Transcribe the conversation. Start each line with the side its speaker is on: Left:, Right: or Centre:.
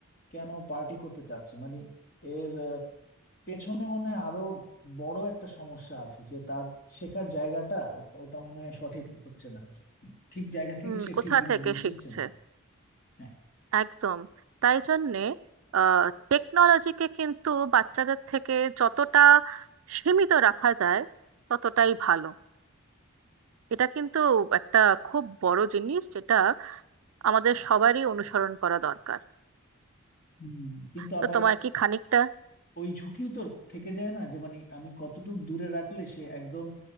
Left: কেন পার্টি করতে চাচ্ছে মানে এর পেছনে মনে হয় আরো বড় একটা সমস্যা আছে যে তার শেখার জায়গাটা ও- ওটা মনে হয় সঠিক হচ্ছে না আর কি ঠিক জায়গা থেকে
Right: হুম
Left: সে
Right: কোথা
Left: ঠিক জিনিসগুলো
Right: থেকে শিখছে
Left: শিখছে না হ্যাঁ
Right: একদম তাই জন্যে টেকনোলজিকে কিন্তু বাচ্চাদের থেকে যতটা সীমিত রাখা যায় ততটাই ভালো এটা কিন্তু একটা খুব বড় জিনিস যেটা আমাদের সবারই অনুসরণ করা দরকার
Left: হুম, কিন্তু
Right: তো
Left: আবার
Right: তোমার কি খানিকটা
Left: ওই ঝুঁকিও তো থেকে যায় না যে মানে আমি কতটুকু দূরে রাখলে সে একদম